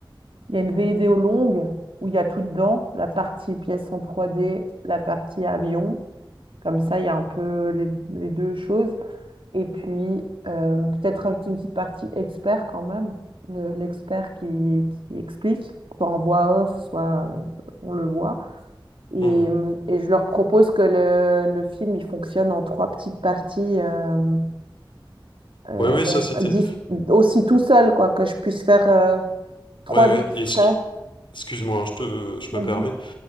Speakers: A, on the right (about 85°); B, on the left (about 70°).
A: Il y a une vidéo longue où il y a tout dedans, la partie pièce en trois d la partie avion. Comme ça, il y a un peu les, les deux choses. Et puis, euh, peut-être rajouter une petite partie expert quand même, le- l'expert qui, qui explique, soit en voix off, soit euh, on le voit. Et,
B: Mmh.
A: hum, et je leur propose que le, le film, il fonctionne en trois petites parties, euh, euh,
B: Ouais, ouais, ça c'était.
A: dis- aussi tout seul, quoi, que je puisse faire euh, trois
B: Ouais, ouais,
A: extraits.
B: et ce qui. Excuse-moi, hein, je, te, je
A: Vas-y.
B: me permets.